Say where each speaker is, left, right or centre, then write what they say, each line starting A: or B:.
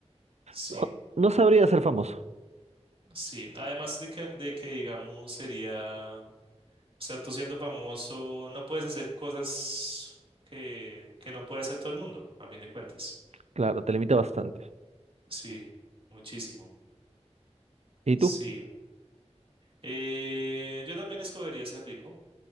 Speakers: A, on the right; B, on the right.
A: Sí,
B: No, no sabría ser famoso.
A: sí. Además de que, de que, digamos, sería, o sea, tú siendo famoso no puedes hacer cosas que, que no puede hacer todo el mundo, a fin de cuentas.
B: Claro, te limita bastante.
A: Sí, muchísimo.
B: ¿Y
A: Sí.
B: tú?
A: Eh, yo también escogería ser rico.